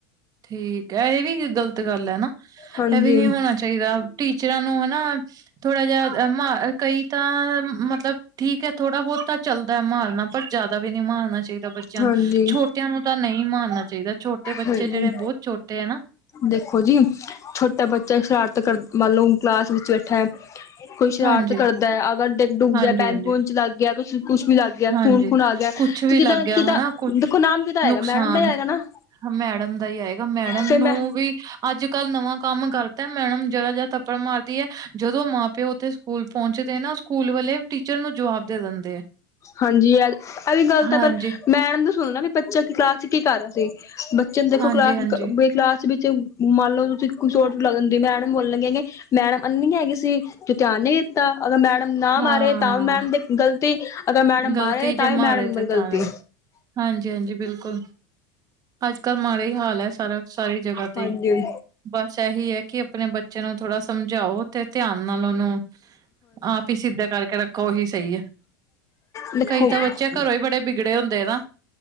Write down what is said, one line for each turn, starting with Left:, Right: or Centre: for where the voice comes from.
Right: ਠੀਕ ਹੈ ਇਹ ਵੀ ਗ਼ਲਤ ਗੱਲ ਹੈ ਨਾ
Left: ਹਾਂਜੀ
Right: ਇਹ ਵੀ ਨੀ ਹੋਣਾ ਦਾ। ਚਾਹੀਦਾ ਟੀਚਰਾਂ ਨੂੰ ਹਨਾ ਥੋੜਾ ਜਹਾ ਮ ਕਈ ਤਾਂ ਮਤਲਬ ਠੀਕ ਹੈ ਥੋੜ੍ਹਾ ਬਹੁਤ ਤਾਂ ਚੱਲਦਾ ਮਾਰਨਾ ਪਰ ਜ਼ਿਆਦਾ ਵੀ ਨਹੀਂ ਮਾਰਨਾ ਚਾਹੀਦਾ ਬੱਚਿਆਂ
Left: ਹਾਂਜੀ
Right: ਨੂੰ ਛੋਟ। ਬੱਚਿਆਂ ਨੂੰ ਤਾਂ ਨਹੀਂ ਮਾਰਨਾ ਚਾਹੀਦਾ ਛੋਟੇ ਬੱਚੇ
Left: ਹਾਂਜੀ
Right: ਜਿਹੜੇ ਬਹੁਤ ਛੋਟੇ ਹੈ ਨਾ।
Left: ਦੇਖੋ ਜੀ ਛੋਟਾ ਬੱਚਾ ਸ਼ਰਾਰਤ ਕਰ ਮੰਨ ਲਓ ਕਲਾਸ ਵਿੱਚ ਬੈਠਾ। ਕੋਈ ਸ਼ਰਾਰਤ
Right: ਹਾਂਜੀ
Left: ਕਰਦਾ ਅਗਰ ਡਿੱਗ ਡੁੱਗ
Right: ਹਾਂਜੀ
Left: ਗਿਆ ਬੈਂਚ
Right: ਹਾਂਜੀ
Left: ਬੂਨ ਚ ਲੱਗ ਗਿਆ ਕੁੱਛ ਵੀ ਲੱਗ ਗਿਆ। ਗਿਆ
Right: ਹਾਂਜੀ
Left: ਖੂਨ ਖੂਨ ਆ ਗਿਆ
Right: ਕੁਛ ਵੀ
Left: ਤੇ ਕਿਦ
Right: ਲੱਗ
Left: ਨਾ
Right: ਗਿਆ
Left: ਕਿਾਂ
Right: ਹਨਾ ਕੁਛ
Left: ਦੇਖੋ ਨਾਮ ਕਿਾਂ ਹੈਗਾ
Right: ਨੁਕਸਾਨ
Left: ਮੈਡਮ ਦਾ ਹੈਗਾ ਨਾ।
Right: ਮੈਡਮ ਦਾ ਹੀ ਆਏਗਾ ਮੈਡਮ
Left: ਫਿਰ
Right: ਨੂੰ
Left: ਮੈਂ
Right: ਵੀ ਅੱਜ ਕੱਲ ਨਵਾਂ ਕੰਮ ਕਰ। ਤਾਂ ਮੈਡਮ ਜ੍ਹਦਾ ਜਾ ਥਪੜ ਮਾਰਦੀ ਹੈ ਜਦੋਂ ਮਾਂ ਪਿਓ ਉੱਥੇ। ਸਕੂਲ ਪਹੁੰਚਦੇ ਨਾ ਸਕੂਲ ਵਾਲੇ ਟੀਚਰ ਨੂੰ ਜਵਾਬ ਦੇ ਦਿੰਦੇ ਆ।
Left: ਹਾਂਜੀ ਇਹ ਵੀ ਗੱਲ ਤਾਂ
Right: ਹਾਂਜੀ
Left: ਪਰ ਮੈਡ ਦੱਸਣ ਨਾ ਵੀ ਬੱਚਾ ਕੀ ਕਲਾਸ ਚ ਕੀ ਕਰ ਰਿਹਾ ਸੀ। ਚ ਦੇਖੋ
Right: ਹਾਂਜੀ
Left: ਕਲਾਸ
Right: ਹਾਂਜੀ
Left: ਕਲਾਸ ਵਿੱਚ ਮੰਨ ਲਓ ਤੁਸੀਂ ਸੋ ਰੁਪ ਲੱਗ ਹੁੰਦੀ ਮੈਂ ਬੋਲਣ ਕਿੰਗੇ ਮੈਡਮ ਅੰਨੀ ਹੈਗੀ ਸੀ ਜ ਧਿਆਨ ਕੀਤਾ ਅਗਰ ਮੈਡਮ ਨਾ
Right: ਹਾਂ
Left: ਮਾਰੇ ਤਾਂ ਵੀ ਮੈਡਮ ਦੀ ਗ਼ਲਤੀ। ਅਗਰ ਮੈਡਮ ਮਾਰੇ
Right: ਗ਼ਲਤੀ
Left: ਤਾਂ
Right: ਜੇ
Left: ਹੀ
Right: ਮਾਰੇ
Left: ਮੈਡਮ
Right: ਤੇ
Left: ਗਲਤੀ
Right: ਤਾਂਵੇਂ ਹਾਂਜੀ ਹਾਂਜੀ ਬਿਲਕੁਲ ਅੱਜ ਕੱਲ ਮਾੜਾ ਹੀ ਹਾਲ ਹੈ। ਸਾਰਾ ਸਾਰੀ ਜਗ੍ਹਾ ਤੇ
Left: ਹਾਂਜੀ
Right: ਬਸ ਇਹੀ ਹੈ ਕਿ ਆਪਣੇ ਬੱਚੇ ਨੂੰ ਥੋੜ੍ਹਾ ਸਮਝਾਓ ਤੇ ਧਿਆਨ ਨਾਲ ਉਹਨੂੰ ਆਪੀ ਸਿੱਧੇ ਕਰਕੇ ਰੱਖੋ ਉਹੀ ਸਹੀ ਹੈ।
Left: ਲਿਖੋ
Right: ਕਈ
Left: ਹ
Right: ਤਾਂ ਬੱਚੇ ਘਰੋਂ ਹੀ ਬੜੇ ਬਿਗੜੇ ਹੁੰਦੇ ਨਾ